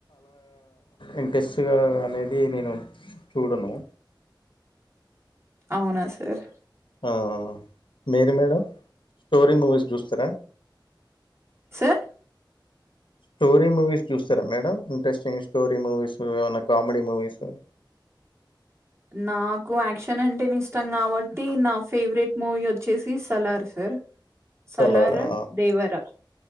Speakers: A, on the left; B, on the right.
A: ఇంట్రెస్ట్ గా అనేది నేను చూడను
B: అవునా సార్
A: ఆ మీరు మేడం స్టోరీ మూవీస్ చూస్తరా
B: సార్
A: స్టోరీ మూవీస్ చూస్తరా మేడం ఇంట్రెస్టింగ్ స్టోరీ మూవీస్ ఏమన్నా కామెడీ మూవీస్
B: నాకు యాక్షన్ అంటేనే ఇష్టం కాబట్టి నా ఫేవరెట్ మూవీ వచ్చేసి సలార్ సార్ సలార్
A: సలారా
B: దేవరా